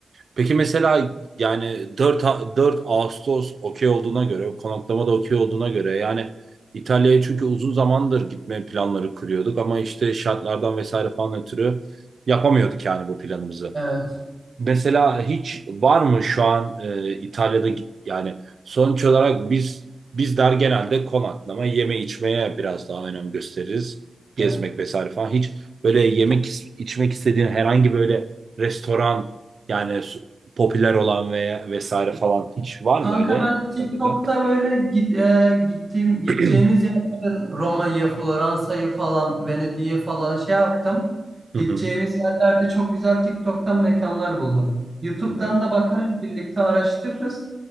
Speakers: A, on the right (about 50°); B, on the right (about 25°).
A: Peki mesela yani dört A- 4 Ağustos okey olduğuna göre, konaklama da okey olduğuna göre yani İtalya'ya çünkü uzun zamandır gitme planları kuruyorduk ama işte şartlardan vesaire falan ötürü yapamıyorduk yani bu planımızı.
B: Evet.
A: Mesela hiç var mı şu an e, İtalya'da git- yani sonuç olarak biz bizler genelde konaklama, yeme içmeye biraz daha önem gösteririz. Gezmek
B: evet.
A: vesaire falan. Hiç böyle yemek is- içmek istediğin herhangi böyle restoran yani su- popüler olan veya vesaire falan hiç var
B: Kanka
A: mı öyle
B: ben
A: İtalya'da?
B: TikTok'ta böyle git, e, gittiğim gideceğimiz
A: <clears throat> Hı
B: yerlerin Roma'yı, Floransa'yı falan, Venedik'i falan şey yaptım.
A: hı.
B: Gideceğimiz yerlerde çok güzel TikTok'tan mekanlar buldum. YouTube'dan
A: Hı hı.
B: da bakarız, birlikte araştırırız.